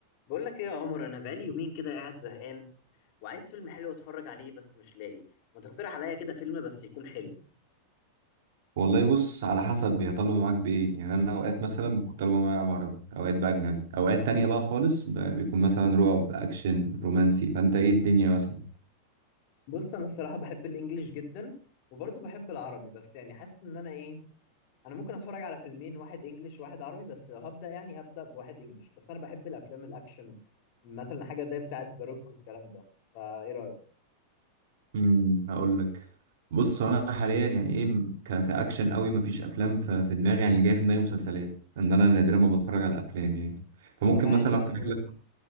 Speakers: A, on the left; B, on the right.
A: بقول لك ايه يا عمر انا بقالي يومين كده قاعد زهقان وعايز فيلم حلو اتفرج عليه بس مش لاقي ما تقترح عليا كده فيلم بس يكون حلو
B: والله بص على حسب هي طالبة معاك بإيه يعني أنا أوقات مثلا بتكون طالبة معايا بعربي أوقات بقى أجنبي أوقات تانية بقى خالص ب- بيكون مثلا رعب أكشن رومانسي فأنت إيه الدنيا مثلا
A: بص انا الصراحه بحب الانجليش جدا وبرضه بحب العربي بس يعني حاسس ان انا ايه انا ممكن اتفرج على فيلمين واحد انجليش واحد عربي بس لو هبدا يعني هبدا بواحد انجليش بس انا بحب الافلام الاكشن مثلا حاجه زي بتاعه ذا روك والكلام ده فايه رايك
B: امم هقول لك بص هو أنا حاليا يعني إيه م- ك- كأكشن قوي مفيش أفلام ف- في دماغي يعني اللي جاي في دماغي مسلسلات إن أنا نادرا ما بتفرج على أفلام يعني فممكن
A: طب عادي
B: مثلا
A: يا
B: أقترح
A: عم قول
B: لك